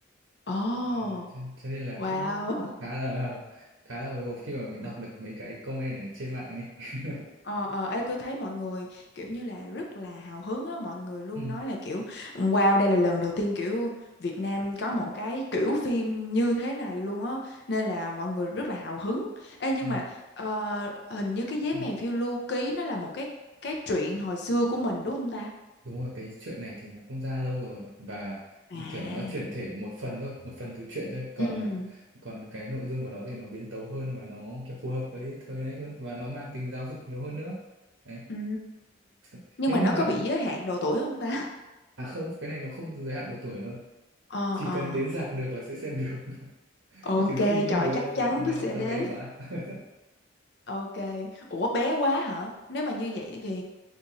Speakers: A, on the left; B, on the right.
A: Ồ,
B: À, cho, cho nên là
A: wow.
B: cũng khá là khá là hồi hộp khi mà mình đọc được mấy cái comment ở trên mạng ấy <laughs>
A: Ờ, ờ, ê, tôi thấy mọi người kiểu như là rất là hào hứng á, mọi người luôn
B: ừ,
A: nói là kiểu wow đây là lần đầu tiên kiểu Việt Nam có một cái kiểu phim như thế này luôn á, nên là mọi người rất là hào hứng. Ê, nhưng
B: ừ,
A: mà ờ, hình như cái giấy
B: ừ.
A: mèn phiêu lưu ký nó là một cái cái truyện hồi xưa của mình đúng không ta?
B: Đúng rồi, cái chuyện này thì nó cũng ra lâu rồi và
A: À,
B: kiểu nó chuyển thể một phần thôi, một phần từ chuyện thôi, còn
A: Ừ.
B: à, còn cái nội dung của nó thì nó biến tấu hơn và nó kiểu phù hợp với thời nay hơn và nó mang tính giáo dục nhiều hơn nữa. Đấy.
A: Ừ.
B: Th-
A: Nhưng
B: Nếu
A: mà
B: mà
A: nó
B: bạn
A: có bị giới hạn độ tuổi không ta?
B: à không, cái này nó không giới hạn độ tuổi luôn.
A: Ờ
B: Chỉ
A: ờ.
B: cần đến rạp được là sẽ xem được, <laughs>
A: Ok,
B: trừ khi những
A: trời
B: đứa
A: chắc
B: nó bé
A: chắn
B: nó
A: tôi sẽ
B: nó
A: đến.
B: bé quá. <laughs>
A: Ok. Ủa bé quá hả? Nếu mà như vậy thì